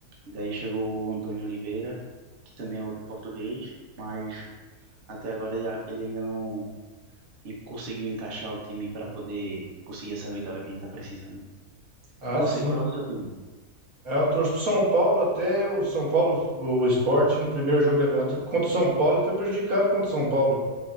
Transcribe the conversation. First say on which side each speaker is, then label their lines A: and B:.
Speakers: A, on the right (about 45°); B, on the right (about 70°).
A: Daí chegou o Antônio Oliveira, que também é outro português, mas até agora ele a- ele ainda não en- conseguiu encaixar o time para poder conseguir essa vitória que a gente está precisando.
B: Ah,
A: E você,
B: sim.
A: qual é o seu time?
B: Ah, eu torço pro São Paulo até o São Paulo, o Sport, no primeiro jogo do campeonato contra o São Paulo, ele foi prejudicado contra o São Paulo.